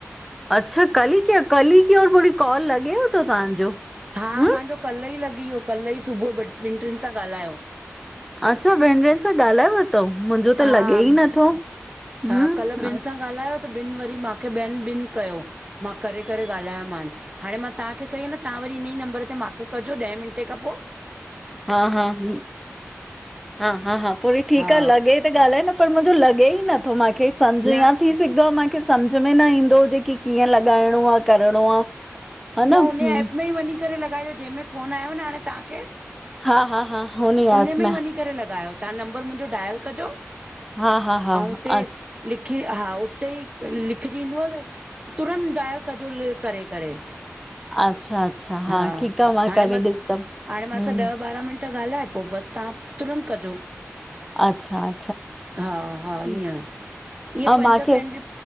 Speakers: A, in the centre; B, on the right (about 25°).
A: अच्छा कल्ह ही कय कल ही कय और वरी कॉल लॻेव तो तव्हांजो?
B: हा
A: हम्म
B: मुंहिंजो कल्ह ई लॻी वियो कल्ह ई सुबुह ॿिनि टिनि सां ॻाल्हायो।
A: अच्छा ॿिन ट्रिन सां ॻाल्हाय वतव, मुंहिंजो
B: हा
A: त लॻे ई नथो। हम्म
B: हा, कल्ह ॿिनि सां ॻाल्हायो त ॿिन वरी मांखे ॿियनि ॿिन कयो मां करे -करे ॻालायो मानि। हाणे मां तव्हांखे कई आ न तव्हां वरी इन ई नंबर ते मांखे कजो ॾहें मिंटे खां पो।
A: हा- हा- हा -हा- हा, पो वरी ठीकु
B: हा
A: आ लॻे त ॻाल्हाए न पर मुंहिंजो लॻे ई नथो मांखे समझ
B: न
A: यां थी सघदो आ मांखे सम्झ में न ईंदो हुजे की कीअं लॻाइणो आ, करिणो आ? हा
B: न हुन
A: हम्म
B: एप में ई वञी करे लॻाइजो, जंहिंमें फोन आयो न हाणे तांखे।
A: हा- हा- हा। हुन एप
B: उन में ई वञी करे लॻायो तां नंबर मुंजो डायल कजो।
A: हा- हा -हा,
B: ऐं उते
A: अच्छा।
B: लिखी हा उते ई लिखजी ईंदोव न। तुरंत डॉयल कजो ल करे -करे।
A: अच्छा अच्छा
B: हा
A: ठीकु आ मां
B: हाणे
A: करे
B: मांस
A: ॾिसंदमि
B: हाणे मांसां
A: हम्म
B: ॾह बारां मिंट ट ॻाल्हाए पो बसि तां तुरंत कजो।
A: अच्छा।
B: हा -हा,
A: ठीकु
B: ईअं इअ
A: हा
B: पंज
A: मांखे
B: कैंजी